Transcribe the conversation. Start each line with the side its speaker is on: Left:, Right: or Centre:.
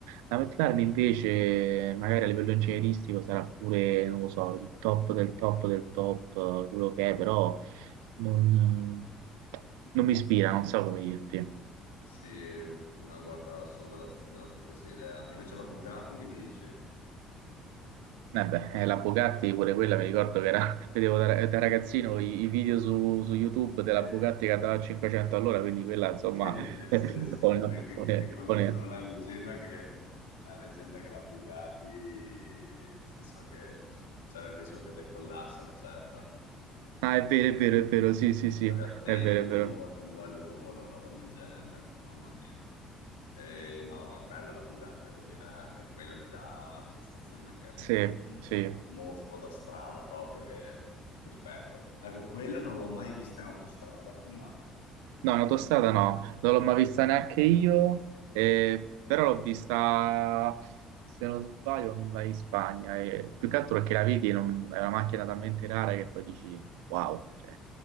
Right: La McLaren invece, magari a livello ingegneristico, sarà pure, non lo so, il top del top del top, eh, quello che è, però non, eh, non mi ispira, non so come dirti.
Left: Mm, sì, ma guarda, sono della, della tua stessa idea. Invece la Bugatti che mi dici?
Right: Eh beh, eh, la Bugatti pure quella mi ricordo che era, <laughs> vedevo da, ra- da ragazzino i, i video su, su YouTube
Left: Sì.
Right: della Bugatti che andava a 500 all'ora, quindi quella insomma...
Left: Eh,
Right: <laughs>
Left: sì, sì, sì,
Right: o no,
Left: che- che-
Right: o
Left: che-
Right: ne-
Left: che-
Right: o ne-
Left: sarà la leggenda che, la leggenda che la Bugatti, nel senso che c'era il rischio che decollasse una certa.
Right: Ah, è vero,
Left: Se non
Right: è vero,
Left: stavi
Right: è vero, sì, sì, sì,
Left: stavi attento,
Right: è vero, è vero.
Left: tipo, prendeva il volo, una roba del genere, mamma mia. E, no, bella la Bugatti, devo dire, eh. Anche quella mi dà la sensazione che è un-
Right: Sì,
Left: è proprio un
Right: sì.
Left: mo- un mostro da strada, proprio che rispetto. Ecco, quella non l'ho mai vista in autostrada, mi manca.
Right: No, in autostrada no, non l'ho mai vista neanche io, eh, però l'ho vista, se non sbaglio, andai in Spagna, e più che altro perché la vedi, non- è una macchina talmente rara che poi dici, wow, cioè,